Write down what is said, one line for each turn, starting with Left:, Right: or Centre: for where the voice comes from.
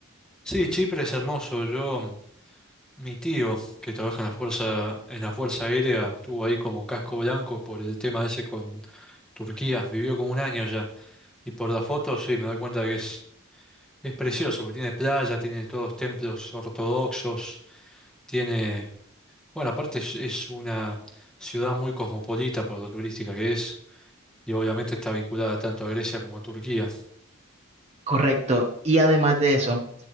Centre: Sí, Chipre es hermoso. Yo, mi tío, que trabaja en la fuerza, en la Fuerza Aérea, estuvo ahí como casco blanco por el tema ese con Turquía, vivió como un año allá. Y por las fotos, sí, me doy cuenta que es Es precioso, porque tiene playa, tiene todos templos ortodoxos, tiene, bueno, aparte es, es una ciudad muy cosmopolita por lo turística que es, y obviamente está vinculada tanto a Grecia como a Turquía.
Right: Correcto. Y además de eso,